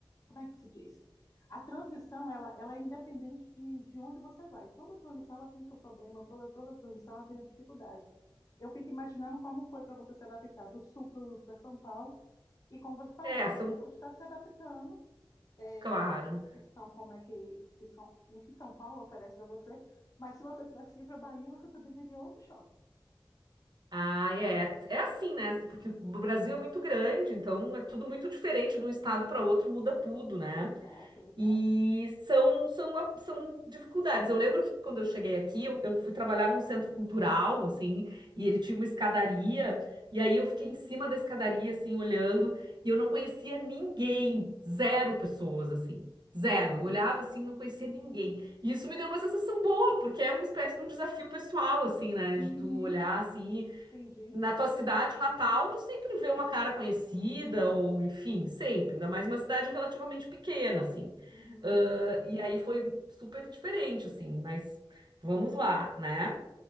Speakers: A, on the left (about 40°); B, on the right (about 55°).
A: como é que se diz? A transição, ela, ela é independente de, de onde você vai. Toda transição, ela tem seu problema, toda, toda transição, ela tem a dificuldade. Eu fico imaginando como foi para você se adaptar do Sul para São Paulo, e como você falou,
B: É,
A: você
B: são,
A: hoje está se adaptando é,
B: claro.
A: com a questão como é que, que São, o que São Paulo oferece para você, mas se você tivesse que ir para Bahia, você também teria outro choque.
B: Ah, é, é assim, né? Porque o Brasil é muito grande, então é tudo muito diferente de um estado para outro, muda tudo, né?
A: Exato, exato.
B: E são, são, a- são dificuldades. Eu lembro que quando eu cheguei aqui, eu, eu fui trabalhar num centro cultural, assim, e ele tinha uma escadaria, e aí eu fiquei em cima da escadaria, assim, olhando, e eu não conhecia ninguém, zero pessoas, assim, zero. Eu
A: Hum,
B: olhava assim, não conhecia ninguém. E isso me deu uma sensação boa, porque é uma espécie de um desafio pessoal, assim, né,
A: Uhum,
B: de tu olhar, assim,
A: entendi.
B: na tua cidade natal, tu sempre vê uma cara conhecida, ou enfim, sempre, ainda mais uma cidade relativamente pequena, assim.
A: Uhum.
B: Ahn, e aí foi super diferente, assim, mas vamos lá, né?